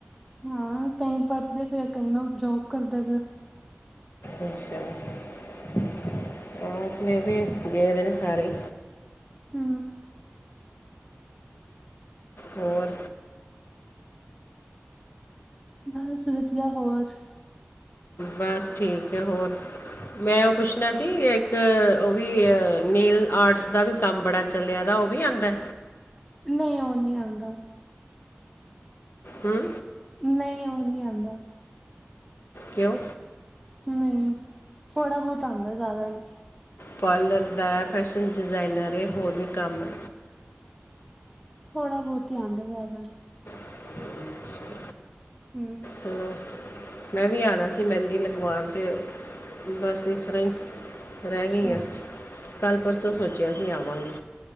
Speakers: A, in the centre; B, on the left (about 70°).
A: ਹਾਂ। ਕਈ ਪੜ੍ਹਦੇ ਪਏ, ਕਈ ਨਾ ਜੋਬ ਕਰਦੇ ਪਿਆ।
B: ਐਸ ਟਾਇਮ। ਆ ਚ' ਉਹਸਲੇ ਦੇ ਗਏਦੇ ਨੇ ਸਾਰੇ।
A: ਹੂ।
B: ਹੋਰ।
A: ਬਸ ਵਧੀਆ ਹੋਰ।
B: ਬਸ ਠੀਕ ਹੈ। ਹੋਰ ਮੈਂ ਉਹ ਪੁੱਛਣਾ ਸੀ ਇੱਕ, ਉਹ ਵੀ ਨੇੀਲ ਆਰਟਸ ਦਾ ਵੀ ਕੰਮ ਬੜਾ ਚੱਲਿਆ ਦਾ ਉਹ ਵੀ ਆਂਦਾ।
A: ਨਹੀਂ ਉਹ ਨਹੀਂ ਆਉਂਦਾ।
B: ਹਮ।
A: ਨਹੀਂ ਉਹ ਨਹੀਂ ਆਉਂਦਾ।
B: ਕਿਓ
A: ਨਹੀਂ ਥੋੜਾ- ਬਹੁਤ ਆਉਂਦਾ ਜ਼ਿਆਦਾ ਨਹੀਂ।
B: ਪਾਰਲਰ ਦਾ, ਫੈਸ਼ਨ ਡਿਜ਼ਾਇਨ ਇਹ ਹੋਰ ਵੀ ਕੰਮ ਏ
A: ਥੋੜਾ ਬਹੁਤ ਹੀ ਆਦਾ ਜਿਆਦਾ ਨੀ।
B: <inaudible>
A: ਹੂੰ।
B: ਚਲੋ ਮੈਂ ਵੀ ਆਣਾ ਸੀ ਮਹਿੰਦੀ ਲਗਵਾਣ ਤੇ ਬਸ ਇਸ ਤਰ੍ਹਾਂ ਹੀ ਰਹਿ
A: ਅੱਛਾ
B: ਗਈ ਆ। ਕੱਲ ਪਰਸੋਂ ਸੋਚਿਆ ਸੀਂ ਆਵਾਂਗੇ।